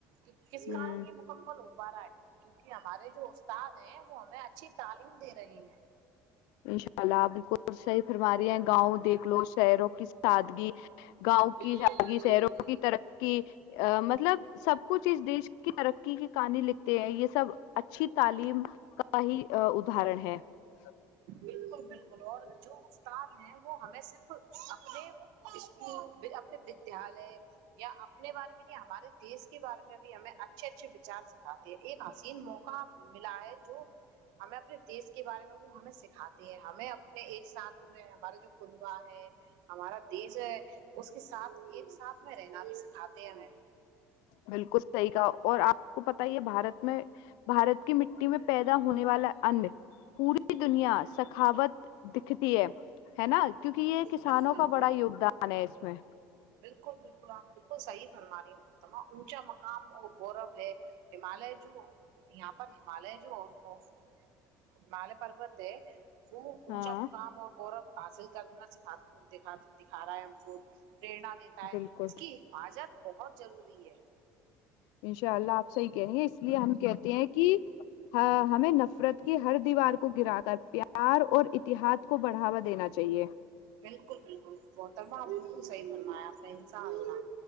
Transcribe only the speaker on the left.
ہ
انشاء اللہپ بالکل صحیح فرم رہ ہیں گاؤں دیکھ لو شہروں کی سادگی گاؤں
کی سادگی
شہروں کی ترقی مطلب سب کچھ اس دیش کی ترقی کے کہانی لکھتے ہیں یہ سب اچھی تعلیم کا ہی ادرن ہے سب
بالکل صحیح کا اور آپ کو پت یہ بارت میں بھارت کی مٹی میں پیدا ہونے والا ان پوری دنیا سخاوت دکھتی ہے ہے نا کیونکہ یہ کسانوں
کا بڑا یوگدان ہے اس میں
ہاں
بالکل
انشاء اللہ آپ صحیح کہنیے اس لیے ہم کہتے ہیں کہ ہاں ہمیں نفرت کی ہر دیوار کو گرا کر پیار اور اتحاد کو بڑھاوا دینا چاہیے